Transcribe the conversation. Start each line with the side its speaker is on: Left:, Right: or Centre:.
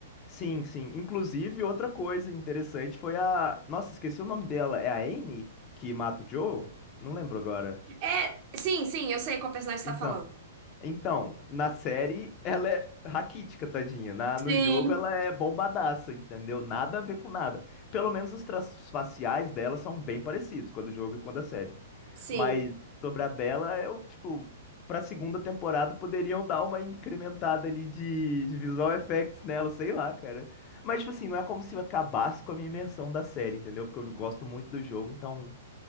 Left: Sim, sim. Inclusive, outra coisa interessante foi a. Nossa, esqueci o nome dela. É a Amy que mata o Joe? Não lembro agora.
Right: É, sim, sim, eu sei qual personagem você
Left: Então,
Right: tá falando.
Left: então, na série ela é raquítica, tadinha. Na, no
Right: Sim.
Left: jogo ela é bombadaça, entendeu? Nada a ver com nada. Pelo menos os traços faciais dela são bem parecidos, com a do jogo e com a da série.
Right: Sim,
Left: Mas sobre a Bella, eu, tipo, pra segunda temporada poderiam dar uma incrementada ali de, de visual effects nela, sei lá, cara. Mas, tipo assim, não é como se acabasse com a minha imersão da série, entendeu? Porque eu gosto muito do jogo, então